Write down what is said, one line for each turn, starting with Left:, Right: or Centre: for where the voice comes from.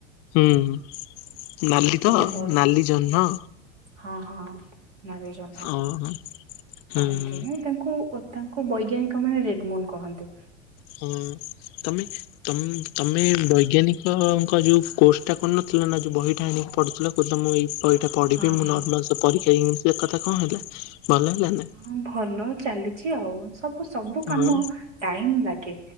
Left: ହୁଁ ନାଲି
Right: ଟିକେ
Left: ତ
Right: ବଡ
Left: ନାଲି ଜହ୍ନ।
Right: ହଁ ହଁ ନାଲି ଜହ୍ନ ହଁ
Left: ଓ ହୁଁ ହୁଁ।
Right: କହନ୍ତି। ନା ତାଙ୍କୁ ଓ ତାଙ୍କ ବୈଜ୍ଞାନିକ ମାନେ ରେଡ ମୁନ କହନ୍ତି।
Left: ହଁ ତମେ ତ ତମେ ବୈଜ୍ଞାନିକ। ଯୋଉ କୋର୍ସଟା କରୁନଥିଲା ନା ଯୋଉ ବହିଟା ଆଣିକି ପଢୁଥିଲ ତ ମୁଁ ଏଇ ପଢିବି
Right: ହଁ
Left: ମୁଁ
Right: ହଁ
Left: ନର୍ମାଲ ପରୀକ୍ଷ ଇଂଲି କଥା କଣ ହେଲା ଭଲ ହେଲା ନା?
Right: ହଁ ଭଲ ଚାଲିଛି ଆଉ। ସବୁ ସବୁ
Left: ହଁ
Right: କାମ ଟାଇମ ଲାଗେ।